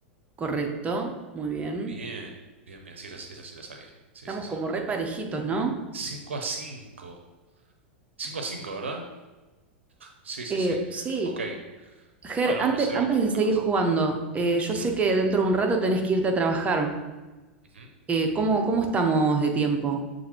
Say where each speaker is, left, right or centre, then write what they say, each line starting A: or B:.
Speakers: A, on the right; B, on the right.
A: Correcto, muy bien.
B: Bien, bien, bien. Sí, esa, esa sí la sabía. Sí,
A: Estamos
B: sí, sí.
A: como re parejitos, ¿no?
B: cinco a cinco cinco a cinco ¿verdad? Sí, sí,
A: Eh,
B: sí.
A: sí,
B: Ok.
A: Ger,
B: Bueno,
A: antes,
B: vamos a
A: antes
B: hacer algunas
A: de seguir
B: más.
A: jugando, eh, yo
B: Ujú,
A: sé que dentro de un rato tenés que irte a trabajar.
B: ujú.
A: Eh, ¿cómo, cómo estamos de tiempo?